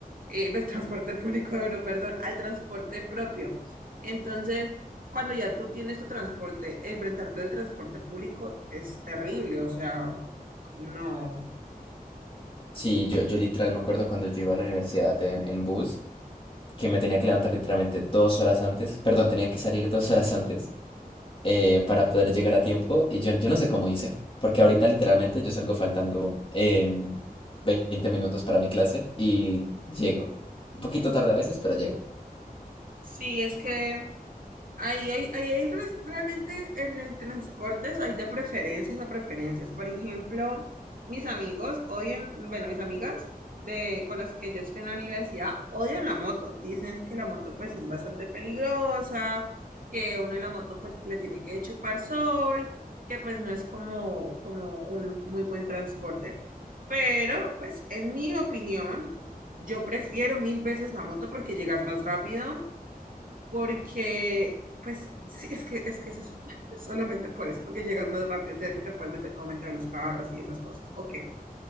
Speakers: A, on the right; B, on the left.
A: eh, <laughs> el transporte público de uno, perdón, al transporte propio. Entonces, cuando ya tú tienes tu transporte, enfrentarte al transporte público es terrible, o sea, no.
B: Sí, yo, yo literal me acuerdo cuando yo iba a la universidad en, en bus. que me tenía que levantar literalmente dos horas antes, perdón, tenía que salir dos horas antes eh, para poder llegar a tiempo y yo, yo no sé cómo hice, porque ahorita literalmente yo salgo faltando em, 20 minutos para mi clase y llego. Un poquito tarde a veces, pero llego.
A: Sí, es que ahí hay, ahí hay res- realmente en el transporte hay de preferencias a preferencias. Por ejemplo, mis amigos odian, bueno, mis amigas de, con las que yo estoy en la universidad odian la moto. Dicen que la moto pues es bastante peligrosa, que uno en la moto pues le tiene que chupar sol, que pues no es como, como un muy buen transporte. Pero pues en mi opinión, yo prefiero mil veces la moto porque llegas más rápido porque, pues, sí, es que es que es eso. <laughs> Solamente por eso, porque llegas más rápido, tienes que te puedes meter como entre los carros y esas cosas. Ok.